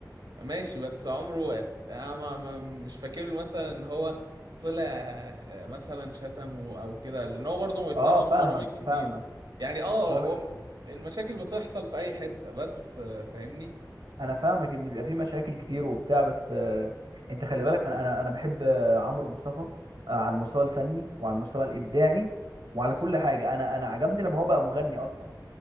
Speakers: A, on the right (about 65°); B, on the right (about 85°).
A: ماشي بس عمره انا ما ما- مش فاكر له مثلا ان هو طلع آه، مثلا شتم و- او كده لان هو برضه ما بيطلعش
B: اه
A: في
B: فاهمك
A: برامج كتير
B: فاهمك
A: يعني اه
B: هو
A: هو م- المشاكل بتحصل في اي حتة بس آه، فاهمني
B: انا فاهمك ان بيبقى في مشاكل كتير وبتاع بس آه، انت خلي بالك انا انا انا بحب آه، عمرو مصطفى آه، على المستوى الفني وعلى المستوى الابداعي وعلى
A: مم.
B: كل حاجه انا انا عجبني لما هو بقى مغني اصلا